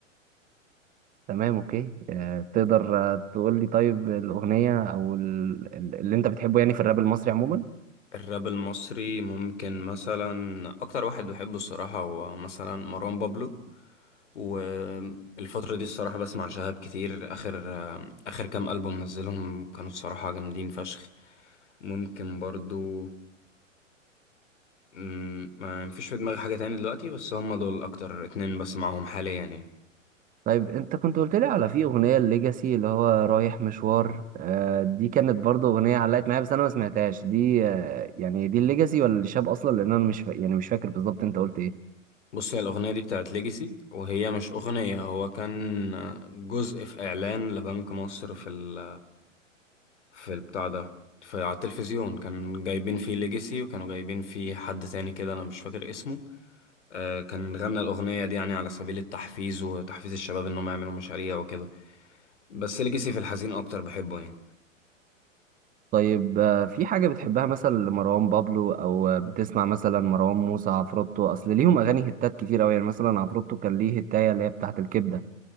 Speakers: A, on the right (about 20°); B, on the left (about 60°).
A: تمام اوكي آه، تقدر آه، تقول لي طيب الاغنيه او ال- ال- اللي انت بتحبه يعني في الراب المصري عموما
B: الراب المصري ممكن مثلا اكتر واحد بحبه الصراحة هو مثلا مروان بابلو والفترة دي الصراحة بسمع شهاب كتير آخر آخر كام ألبوم نزلهم كانوا الصراحة جامدين فشخ ممكن برضو مم، ما مفيش في دماغي حاجة تاني دلوقتي بس هم دول أكتر اتنين بسمعهم حاليا يعني
A: طيب انت كنت قلت لي على في اغنيه الليجاسي اللي هو رايح مشوار آه، دي كانت برضو اغنيه علقت معايا بس انا ما سمعتهاش دي آه، يعني دي الليجاسي ولا الشاب اصلا لان انا مش فا... يعني مش فاكر بالظبط انت قلت ايه
B: بص هي الأغنية دي بتاعت ليجاسي وهي مش أغنية هو كان جزء في إعلان لبنك مصر في ال في البتاع ده في على التلفزيون كان جايبين فيه ليجاسي وكانوا جايبين فيه حد تاني كده أنا مش فاكر اسمه آه، كان غنى الأغنية دي يعني على سبيل التحفيز وتحفيز الشباب إنهم يعملوا مشاريع وكده بس ليجاسي في الحزين أكتر بحبه يعني
A: طيب آه، في حاجة بتحبها مثلا لمروان بابلو أو آه، بتسمع مثلا مروان موسى عفروتو أصل ليهم أغاني هتات كتير أوي يعني مثلا عفروتو كان ليه هتاية اللي هي بتاعة الكبدة